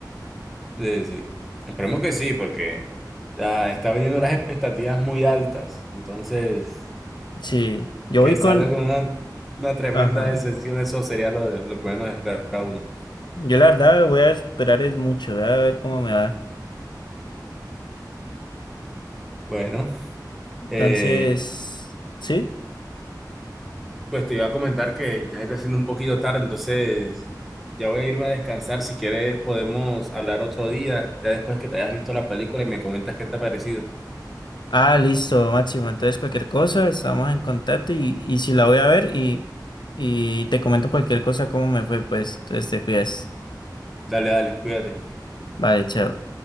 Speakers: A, in the centre; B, on the left.
A: Sí, sí. Esperemos que sí, porque o sea, está viniendo las expectativas muy altas. Entonces,
B: Sí, yo
A: que
B: voy
A: salga
B: con,
A: con una, una tremenda
B: ajá,
A: decepción, eso sería lo, de- lo que menos espera uno.
B: yo la verdad voy a esperar es mucho, voy a ver cómo me va.
A: Bueno,
B: Entonces,
A: eh,
B: sí.
A: pues te iba a comentar que ya está siendo un poquito tarde, entonces ya voy a irme a descansar. Si quieres, podemos hablar otro día, ya después que te hayas visto la película y me comentas qué te ha parecido.
B: Ah, listo, Máximo. Entonces, cualquier cosa, estamos en contacto y, y si la voy a ver y, y te comento cualquier cosa, cómo me fue, pues. Entonces, te cuidas.
A: Dale, dale, cuídate.
B: Vale, chao.